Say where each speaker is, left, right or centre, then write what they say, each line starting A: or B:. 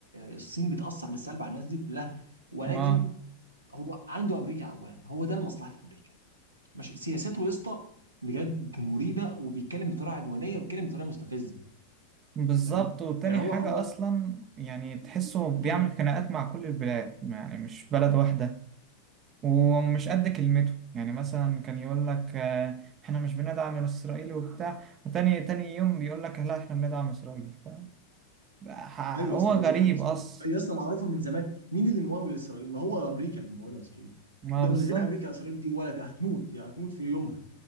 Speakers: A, on the right; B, on the right.
A: الصين بتاثر بالسلب على الناس دي كلها ولكن
B: آه
A: هو عنده امريكا اولا هو ده لمصلحه امريكا ماشي سياساته يا اسطى بجد مريبه وبيتكلم بطريقه عدوانيه وبيتكلم بطريقه مستفزه
B: بالظبط
A: فاهم
B: وتاني
A: يعني هو
B: حاجة أصلا يعني تحسه بيعمل
A: هو
B: خناقات مع كل البلاد يعني مش بلد واحدة ومش قد كلمته يعني مثلا كان يقول لك آه، احنا مش بندعم اسرائيل وبتاع وتاني تاني يوم بيقول لك لا احنا بندعم اسرائيل فاهم ح-
A: ايوه
B: هو
A: يا اسطى
B: غريب
A: هو بيدعم اسرائيل
B: اصلا
A: ايوه يا اسطى معروفه من زمان مين اللي ممول اسرائيل ما هو امريكا اللي مموله اسرائيل
B: ما
A: ده
B: بالظبط
A: من غير امريكا اسرائيل دي ولا هتموت يعني هتموت في يومها